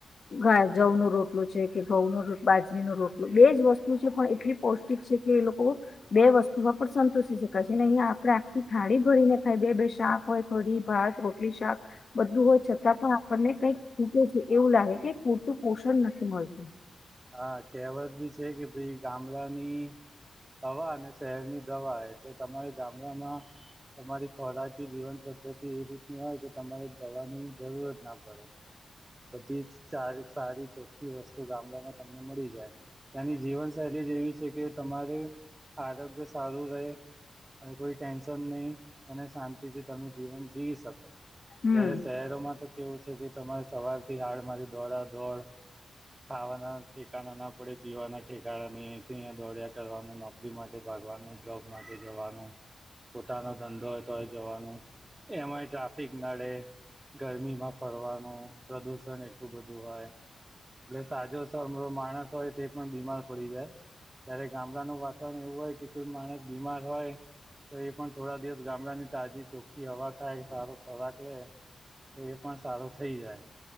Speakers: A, on the left; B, on the right.
A: ઘ જવ નો રોટલો છે કે ઘઉં નો બાજરીનો રોટલો બેજ વસ્તુ છે પણ એટલી પૌષ્ટિક છે એ લોકો બે વસ્તુમાં પણ સંતુષી શકાય છે અહીંયા આપડે આખી થાળી ભરીને ખાય બે બે શાક હોય કડી ભાત રોટલી શાક બધું હોય છતાં પણ આપણને કઈક ખુટે છે એવું લાગે કે પૂરતું પોષણ નથી મળતું
B: હા કહેવત ભી છે કે ભાઈ ગામડાની હવા અને શહેરની દવા એટલે તમારે ગામડામાં તમારી ખોરાકી જીવન પદ્ધતિ એ રીતની હોય કે તમારે દવાની જરૂરત ના પડે બધી સારી ચોખ્ખી વસ્તુ ગામડામાં તમને મળી જાય ત્યાંની જીવન શૈલી <unintelligible> છે કે તમારે આરોગ્ય સારું રેય અને કોઈ ટેન્શન નઈ અને શાંતિથી તમે જીવન જીવી શકો
A: હમ
B: ત્યારે શહેરોમાં તો કેવું છે કે તમારે સવાર થી હાડ મારી દોડા દોડ ખાવાના ઠેકાના ના પડે પીવાના ઠેકાણા ની <unintelligible> દોડયા કરવાનું નોકરી માટે ભાગવાનું જોબ માટે જવાનું પોતાનો ધંધો હોય તોય જવાનું એમાંય ટ્રાફિક નડે ગરમીમાં ફરવાનું પ્રદુષણ એટલું બધું હોય એટલે સાજો <unintelligible> માણસ હોય તે પણ બીમાર પડી જાય ત્યારે ગામડાનું વાતાવરણ એવું હોય કે કોઈ માણસ બીમાર હોય તો એ પણ થોડા દિવસ ગામડાની તાજી ચોખ્ખી હવા ખાય સારો ખોરાક લેય તો એ પણ સારો થઈ જાય